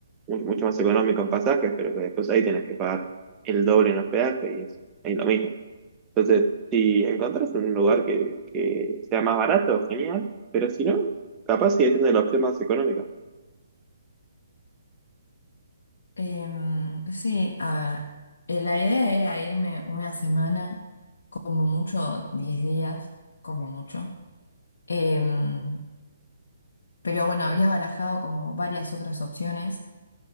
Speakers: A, on the right; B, on the left.
A: mu- mucho más económico en pasajes, pero que después ahí tenés que pagar el doble en hospedaje y es, ahí lo mismo. Entonces, si encontrás un lugar que, que sea más barato, genial, pero si no, capaz sigue siendo la opción más económica.
B: Em, sí, a ver, eh, la idea era irme una semana, como mucho 10 días, como mucho. Em, pero bueno, había barajado como varias otras opciones,